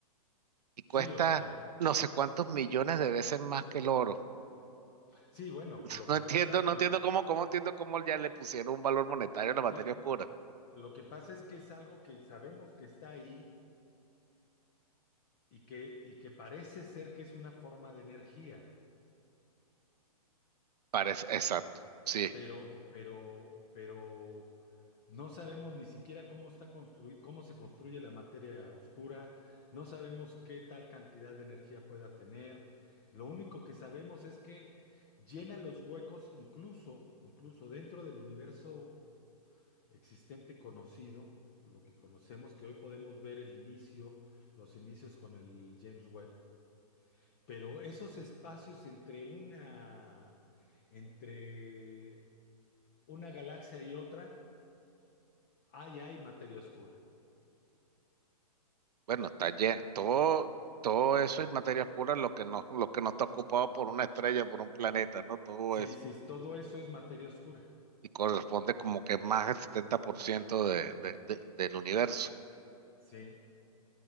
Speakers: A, on the right; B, on the left.
A: y cuesta
B: sí, o sea,
A: no sé cuántos millones de veces más que el oro.
B: sí, bueno,
A: <laughs>
B: lo
A: No
B: que
A: entiendo,
B: pasa, lo,
A: no entiendo cómo, cómo entiendo cómo ya le pusieron un valor monetario a la materia
B: sí,
A: oscura.
B: lo que pasa es que es algo que sabemos que está ahí y que, y que parece ser que es una forma de energía.
A: Parece, exacto, sí.
B: pero, pero, pero no sabemos ni siquiera cómo está construido, cómo se construye la materia oscura, no sabemos qué tal cantidad de energía pueda tener. Lo único que sabemos es que llena los huecos, incluso, incluso dentro del universo existente conocido, lo que conocemos, que hoy podemos ver el inicio, los inicios con el James Webb. Pero esos espacios entre una, entre una galaxia y otra, ahí hay materia oscura.
A: Bueno, está lleno, todo, todo eso es materia oscura, lo que no, lo que no está ocupado por una estrella, por un planeta, ¿no? Todo
B: Sí,
A: eso.
B: sí, todo eso es materia oscura.
A: Y corresponde como que más del 70% de, de, de- del universo.
B: Sí,